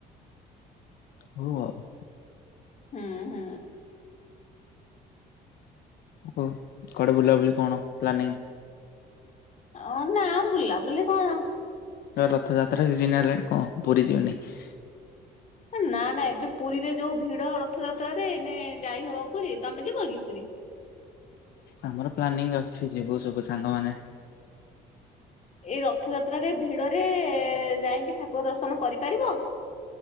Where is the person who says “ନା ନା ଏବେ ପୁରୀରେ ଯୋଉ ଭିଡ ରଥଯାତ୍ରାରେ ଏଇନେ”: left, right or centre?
Left